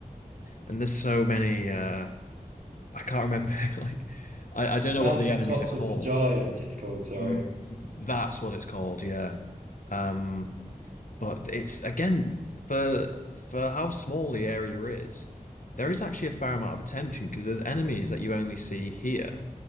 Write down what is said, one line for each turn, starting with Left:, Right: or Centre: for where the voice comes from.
Left: and there's so many. Uh, I can't remember. <laughs> Like, I I don't know
Right: Mountain
Left: what the enemies
Right: Tops
Left: are called.
Right: of the Giants, it's called, sorry.
Left: Mm, that's what it's called. Yeah. Um. But it's again for for how small the area is, there is actually a fair amount of attention because there's enemies that you only see here.